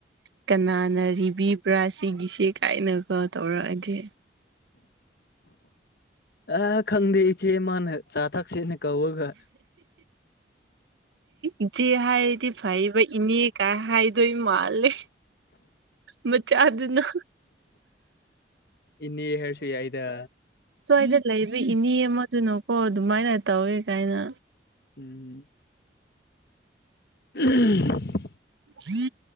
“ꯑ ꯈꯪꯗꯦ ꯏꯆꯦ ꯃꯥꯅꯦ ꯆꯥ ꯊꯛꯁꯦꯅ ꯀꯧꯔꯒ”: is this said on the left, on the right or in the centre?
Left